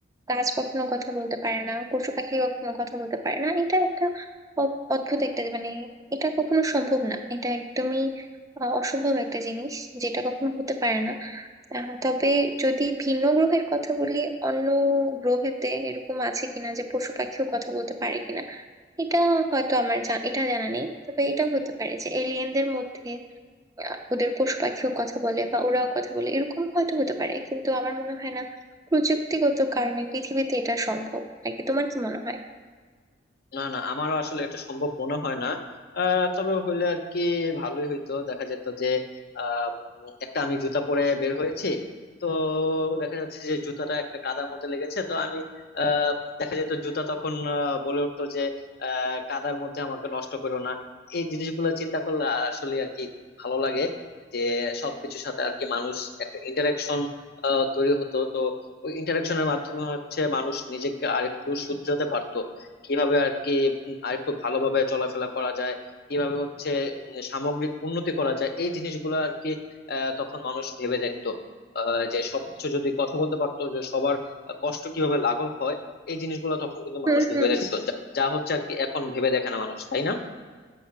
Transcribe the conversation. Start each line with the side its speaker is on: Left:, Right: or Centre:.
Right: গাছ কখনো কথা বলতে পারে না পশু পাখি কখনো কথা বলতে পারে না এটা একটা অ- অদ্ভুত একটা মানে এটা কখনো সম্ভব না এটা একদমই আহ, অসম্ভব একটা জিনিস যেটা কখনো হতে পারে না আহ, তবে যদি ভিন্ন গ্রহের কথা বলি অন্য গ্রহেতে এরকম আছে কিনা যে পশু পাখিও কথা বলতে পারে কিনা এটা হয়তো আমার জা- এটা জানা নেই তবে এটা হতে পারে যে এলিয়েনদের মধ্যে আহ, ওদের পশু পাখিও কথা বলে বা ওরাও কথা বলে এরকম হয়তো হতে পারে কিন্তু আমার মনে হয় না প্রযুক্তিগত কারণে পৃথিবীতে এটা সম্ভব আর কি তোমার কি মনে হয়
Left: না না আমারও আসলে এটা সম্ভব মনে হয় না আহ, তবে হইলে আর কি ভালোই হইতো দেখা যেত যে আহ, উম, একটা আমি জুতা পরে বের হয়েছি তো দেখা যাচ্ছে যে জুতাটা একটা কাদার মধ্যে লেগেছে তো আমি আহ, দেখা যেত জুতা তখন আহ, বলে উঠতো যে আহ, কাদার মধ্যে আমাকে নষ্ট করো না এই জিনিসগুলো চিন্তা করলে আসলে আর কি ভালো লাগে যে সবকিছুর সাথে আর কি মানুষ একটা ইন্টারাকশন তৈরি হতো তো ওই ইন্টারাকশনের মাধ্যমে হচ্ছে মানুষ নিজেকে আরেকটু শুধরাতে পারতো কিভাবে আর কি আর একটু ভালোভাবে চলাফেরা করা যায় কিভাবে হচ্ছে উম, সামগ্রিক উন্নতি করা যায় এই জিনিসগুলো আর কি আহ, তখন মানুষ ভেবে দেখতো আহ, যে সবকিছু যদি কথা বলতে পারতো যে সবার কষ্ট কিভাবে লাঘব হয় এই জিনিসগুলো তখন কিন্তু
Right: হুম
Left: মানুষ ভেবে
Right: হুম
Left: দেখতো যা যা হচ্ছে আর কি এখন ভেবে দেখে না মানুষ তাই না